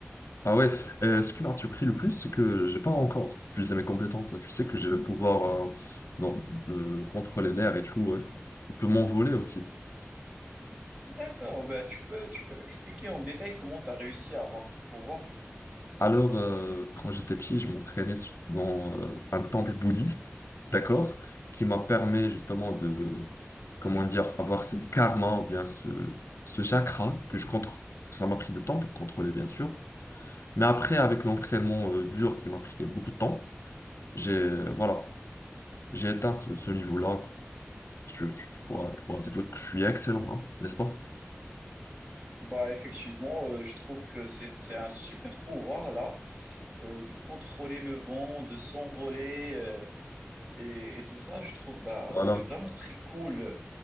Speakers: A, on the left; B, on the right.
A: Ah ouais, euh, ce qui m'a surpris le plus, c'est que j'ai pas encore utilisé mes compétences. Tu sais que j'ai le pouvoir euh, non, de contrôler l'air et tout. ouais. Je peux m'envoler aussi.
B: D'accord, bah, tu peux, tu peux m'expliquer en détail comment tu as réussi à avoir ce pouvoir?
A: Alors, euh, quand j'étais petit, je m'entraînais su- dans euh, un temple bouddhiste, d'accord, qui m'a permis justement de, comment dire, avoir cette karma, ou bien ce, ce chakra que je contrôle. Ça m'a pris du temps pour contrôler, bien sûr. Mais après, avec l'entraînement euh, dur qui m'a pris beaucoup de temps, j'ai, euh, voilà, j'ai atteint ce, ce niveau-là. Tu, tu pourras, tu pourras dire que je suis excellent, hein, n'est-ce pas?
B: Bah, effectivement, euh, je trouve que c'est, c'est un super pouvoir, là, euh, de contrôler le vent, de s'envoler, euh, et, et tout ça. Je trouve, bah,
A: Voilà.
B: que c'est vraiment très cool.